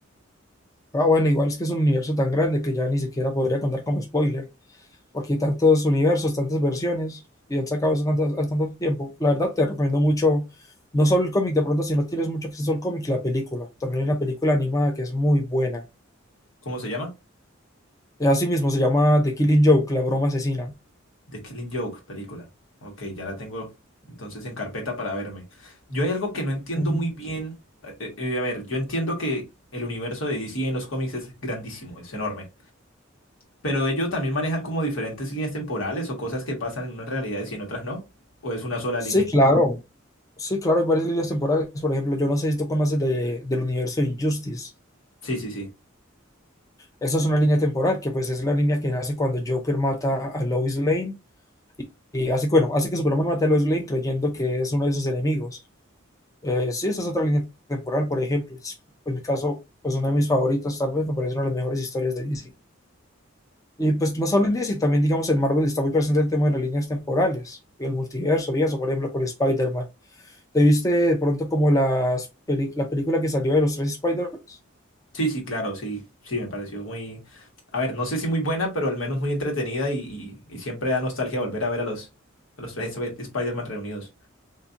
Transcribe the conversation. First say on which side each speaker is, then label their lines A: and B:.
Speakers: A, on the left; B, on the left.
A: Ah, bueno, igual es que es un universo tan grande que ya ni siquiera podría contar como spoiler. Porque hay tantos universos, tantas versiones, y han sacado eso tanto, hace tanto tiempo. La verdad, te recomiendo mucho, no solo el cómic, de pronto, si no tienes mucho acceso al cómic, la película. También hay una película animada que es muy buena.
B: ¿Cómo se llama?
A: Eh, Así mismo se llama The Killing Joke, la broma asesina.
B: The Killing Joke, película. Ok, ya la tengo entonces en carpeta para verme. Yo hay algo que no entiendo
A: Ujú.
B: muy bien. eh, eh, a ver, yo entiendo que el universo de DC en los cómics es grandísimo, es enorme. Pero ellos también manejan como diferentes líneas temporales o cosas que pasan en unas realidades y en otras no. ¿O es una sola
A: Sí,
B: línea?
A: claro. Sí, claro, hay varias líneas temporales. Por ejemplo, yo no sé si tú conoces de- del universo de Injustice.
B: Sí, sí, sí.
A: Esa es una línea temporal que pues es la línea que nace cuando Joker mata a Lois Lane y hace, bueno, hace que Superman mate a Lois Lane creyendo que es uno de sus enemigos. Eh, sí, esa es otra línea temporal, por ejemplo. y s- En mi caso, pues una de mis favoritas, tal vez, me parece una de las mejores historias de DC. Y pues no solo en DC, también digamos en Marvel está muy presente el tema de las líneas temporales y el multiverso y eso, por ejemplo, con Spider-Man. ¿Te viste de pronto como las peli- la película que salió de los tres spider man
B: Sí, sí, claro, sí. Sí, me pareció muy... A ver, no sé si muy buena, pero al menos muy entretenida y, y- y siempre da nostalgia volver a ver a los, a los tres Sp- Spider-Man reunidos.